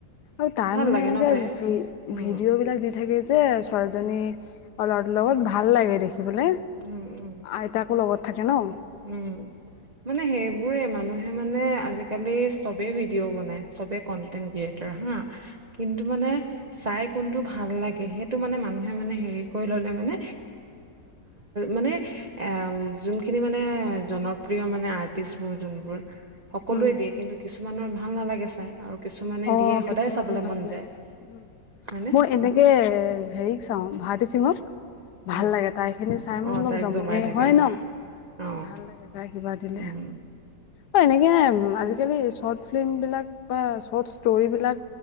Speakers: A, on the left; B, on the right.
A: আৰু তাই
B: ভাল
A: মানে,
B: লাগে
A: এনেকৈ
B: ন তাইৰ উম,
A: ভিডিঅ' বিলাক দি থাকে যে ছোৱালীজনী আৰু লৰাটো লগত ভাল লাগে দেখিবলে।
B: উম, উম।
A: আইতাক কো লগত থাকে ন'।
B: উম'। মানে সেইবোৰে মানুহে মানে আজিকালি চবে ভিডিঅ' বনাই, চবে কনটেনট ক্ৰিয়েটাৰ হা' কিন্তু মানে চাই কোনটো ভাল লাগে সেইটো মানে, মানুহে মানে হেৰি কৰি ললে মানে মানে এ যোনখিনি মানে জনপ্ৰি়কৰণৰ মানে অৰ্টিছবোৰ যোনবোৰ সকলোৱে
A: উম
B: দিয়ে কিন্তু কিছুমানৰ ভাল নালাগে চাই আৰু কিছুমানে
A: অ
B: দিয়ে সদায়
A: কিছুমানৰ
B: চাবলে
A: ভাল
B: মন
A: লাগে
B: যায়।
A: উম
B: হয়নে?
A: মই এনেকে হেৰিক চাওঁ ভাৰতী সিঙক। ভাল
B: অ',
A: লাগে তাই খিনি চাই মানে
B: অ',
A: অলপ
B: তাইক
A: জমনি
B: জমাই থাকে
A: হয় ন'
B: অ',
A: ভাল লাগে। কিবা দিলে।
B: উম।
A: অ' এনেকে না আজিকালি চৰ্ট ফিল্ম বিলাক বা শৰ্ট ষ্টোৰী বিলাক